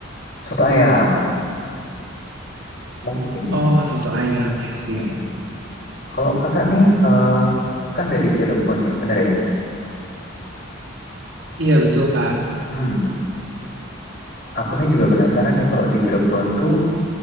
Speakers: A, on the left; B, on the right.
A: Soto ayam. Mungkin
B: Oh,
A: ya.
B: soto ayam, I see.
A: Mm, mm. Kalau kakak nih eh, kan dari Cirebon ya, bener ya?
B: Iya, betul, Kak.
A: Hmm, aku nih juga penasaran ya kalau di Cirebon tuh